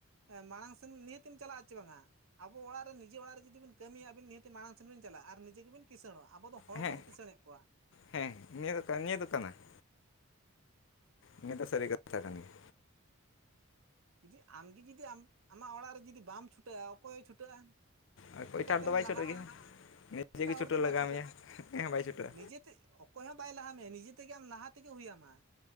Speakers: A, on the right; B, on the left.
A: ᱦᱮᱸ ᱢᱟᱲᱟᱝ ᱥᱮᱱ ᱱᱤᱦᱟᱹᱛᱤᱢ ᱪᱟᱞᱟᱜ-ᱟ ᱪᱮ ᱵᱟᱝᱟ ᱟᱵᱚ ᱚᱲᱟᱜ ᱨᱮ ᱱᱤᱡᱮ ᱚᱲᱟᱜ ᱨᱮ ᱡᱩᱫᱤ ᱵᱤᱱ ᱠᱟᱹᱢᱤᱭᱟ ᱟᱹᱵᱤ ᱱᱤᱦᱟᱹᱛᱤ ᱢᱟᱲᱟᱝ ᱥᱮᱫ ᱵᱤᱱ ᱪᱟᱞᱟᱜ-ᱟ ᱟᱨ ᱱᱤᱡᱮ ᱜᱮ ᱵᱤᱱ ᱠᱤᱥᱟᱹᱬᱚᱜ-ᱟ ᱟᱵᱚ ᱫᱚ ᱦᱚᱲ
B: ᱦᱮᱸ
A: ᱵᱚᱱ ᱠᱤᱥᱟᱹᱬᱮᱫ ᱠᱚᱣᱟ ᱾
B: ᱦᱮᱸ ᱱᱤᱭᱟᱹ ᱫᱚ ᱱᱤᱭᱟᱹ ᱫᱚ ᱠᱟᱱᱟ ᱾ ᱱᱤᱭᱟᱹ ᱫᱚ ᱥᱟᱹᱨᱤ ᱠᱟᱛᱷᱟ ᱠᱟᱱ ᱜᱮᱭᱟ
A: ᱡᱩᱫᱤ ᱟᱢᱜᱮ ᱡᱩᱫᱤ ᱟᱢᱟᱜ ᱚᱲᱟᱜ ᱨᱮ ᱡᱩᱫᱤ ᱵᱟᱢ ᱪᱷᱩᱴᱟᱹᱜ-ᱟ ᱚᱠᱚᱭᱮ ᱪᱷᱩᱴᱟᱹᱜ-ᱟ
B: ᱟᱨ ᱚᱠᱚᱭᱴᱟᱜ
A: ᱪᱮᱠᱟ ᱛᱮᱢ
B: ᱫᱚ ᱵᱟᱭ
A: ᱞᱟᱦᱟᱜ-ᱟ?
B: ᱪᱷᱩᱴᱟᱹᱜ ᱜᱮᱭᱟ ᱱᱤᱡᱮ
A: ᱮᱴᱟᱜ
B: ᱜᱮ ᱪᱷᱩᱴᱟᱹᱣ
A: ᱦᱚᱲ ᱫᱚ
B: ᱞᱟᱜᱟᱣ
A: ᱵᱟᱭ ᱪᱷᱩᱴᱟᱹᱜ-ᱟ
B: ᱢᱮᱭᱟ ᱚᱠᱚᱭ ᱦᱚᱸ ᱵᱟᱭ ᱪᱷᱩᱴᱟᱹᱜᱼᱟ
A: ᱱᱤᱡᱮᱛᱮ ᱚᱠᱚᱭ ᱦᱚᱸ ᱵᱟᱭ ᱞᱟᱦᱟ ᱢᱮᱭᱟ ᱱᱤᱡᱮ ᱛᱮ ᱜᱮ ᱟᱢ ᱞᱟᱦᱟ ᱛᱮᱜᱮ ᱦᱩᱭ ᱟᱢᱟ ᱾